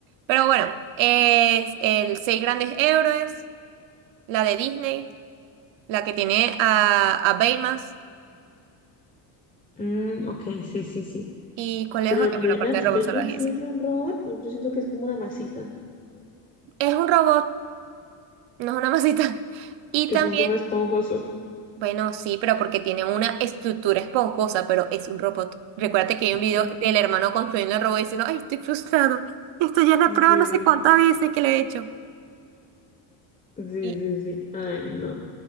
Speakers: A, on the right; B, on the left.
A: Pero bueno, es el Seis Grandes Héroes, la de Disney, la que tiene a, a Baymax.
B: Mm, ok, sí, sí, sí.
A: ¿Y cuál
B: Pero
A: es otra?
B: Baymax,
A: Bueno, aparte de Robot
B: Baymax
A: Salvaje,
B: sí
A: sí.
B: es un robot. Yo siento que es como una masita.
A: Es un robot, no es una masita. Y
B: Es
A: también,
B: un robot esponjoso.
A: bueno, sí, pero porque tiene una estructura esponjosa, pero es un robot. Recuérdate que hay
B: <laughs>
A: un video del hermano construyendo el robot diciendo, ay, estoy frustrado. Esto ya es la
B: Sí,
A: prueba no sé cuántas veces que lo he hecho.
B: sí,
A: Y,
B: sí, sí. Ay, no.